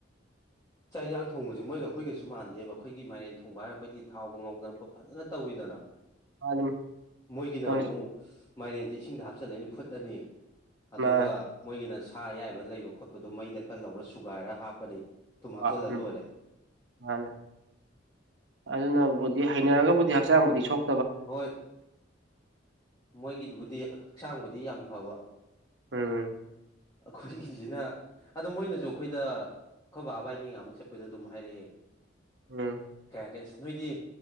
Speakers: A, on the left (about 20°); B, on the right (about 65°).
A: ꯆꯥꯛ ꯏꯟꯁꯥꯡ ꯊꯣꯡꯕꯁꯤ ꯃꯣꯏꯒ ꯑꯩꯈꯣꯏꯒꯁꯨ ꯃꯥꯟꯗꯦꯕ ꯑꯩꯈꯣꯏꯒꯤ ꯃꯥꯏꯔꯦꯟ ꯊꯣꯡꯕ ꯍꯥꯏꯔ ꯑꯩꯈꯣꯏꯗꯤ ꯊꯥꯎꯗ ꯉꯧꯗꯅ ꯈꯣꯠ ꯐꯖꯅ ꯇꯧꯋꯤꯗꯅ
B: ꯑꯗꯨꯝ
A: ꯃꯣꯏꯒꯤꯅ
B: ꯃꯣꯏꯅ
A: ꯑꯃꯨꯛ <unintelligible> ꯃꯥꯏꯔꯦꯟꯁꯦ ꯏꯁꯤꯡꯗ ꯍꯥꯞꯆꯤꯜꯂꯅꯤ ꯐꯨꯠꯂꯅꯤ ꯑꯗꯨꯒ
B: ꯃꯥꯅꯦ
A: ꯃꯣꯏꯒꯤꯅ ꯁꯥ ꯑꯌꯥꯏꯕ ꯂꯩꯕ ꯈꯣꯠꯄꯗꯣ ꯃꯩꯗ ꯈꯔ ꯂꯧꯔ ꯁꯨꯒꯥꯏꯔ ꯍꯥꯞꯄꯅꯤ ꯊꯨꯝ ꯍꯥꯞꯆꯜꯂ
B: ꯎꯝ
A: ꯂꯣꯏꯔꯦ
B: ꯃꯥꯅ‌‌ꯦ ꯑꯗꯨꯅꯕꯨꯗꯤ ꯍꯩꯅꯔꯒꯕꯨꯗꯤ ꯍꯛꯆꯥꯡꯕꯨꯗꯤ ꯁꯣꯛ
A: ꯍꯣꯏ ꯃꯣꯏꯒꯤꯗꯨꯕꯨꯗꯤ ꯍꯛꯆꯥꯡꯕꯨꯗꯤ ꯌꯥꯝ ꯐꯕ
B: ꯎꯝ
A: ꯑꯩꯈꯣꯏꯒꯤꯁꯤꯅ ꯑꯗꯨ ꯃꯣꯏꯅꯁꯨ ꯑꯩꯈꯣꯏꯗ ꯑꯩꯈꯣꯏ ꯕꯥ ꯏꯕꯅꯤ ꯉꯍꯟꯃꯨꯛ ꯆꯠꯄꯩꯗ ꯑꯗꯨꯝ ꯍꯥꯏꯔꯛꯑꯦ
B: ꯎꯝ
A: ꯀꯌꯥ ꯀꯩ ꯅꯣꯏꯗꯤ